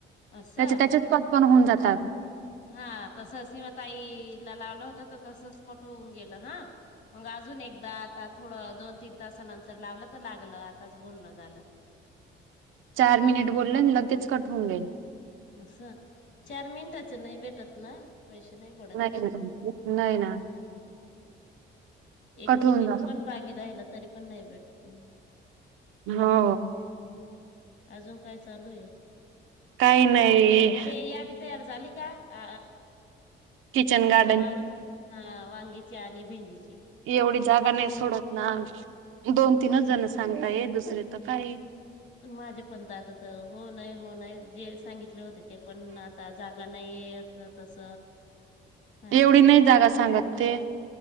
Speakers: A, on the left (about 60°); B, on the right (about 80°).
A: असं
B: त्याचे त्याच्या कट पण होऊन जातात.
A: हा तस सिमा ताईला लावलं होत, तर तसच कट होऊन गेलं हा. मग अजून एकदा आता थोडं दोन तीन तासानंतर लावलं, तर लागलं आताच बोलनं झालं.
B: चार मिनिट बोललं आणि लगेच कट होऊन गेलं.
A: असं चार मिनटाच नाही भेटत ना, पैसे नाही पडत.
B: नाहीम
A: ना.
B: नाही ना.
A: हम्म
B: कट
A: एक मिनिट
B: होऊन जातो.
A: पण पागी राहिला, तरी पण नाही भेटत ना.
B: हो
A: अजून काय चालू आहे?
B: काही नाही
A: ते यादी तयार झाली का अ?
B: किचन गार
A: वांग हा वांगीची आणि भेंडीची.
B: एवढी जागा नाही सोडत ना, दोन तीनच जण सांगता ये दुसरे तर काही
A: माझे पण तर आता हो नाही, हो नाही, जे सांगितले होते ते पण आता जागा नाहीये असं तस. सांगत
B: एवढी
A: होते,
B: नाही जागा सांगत ते.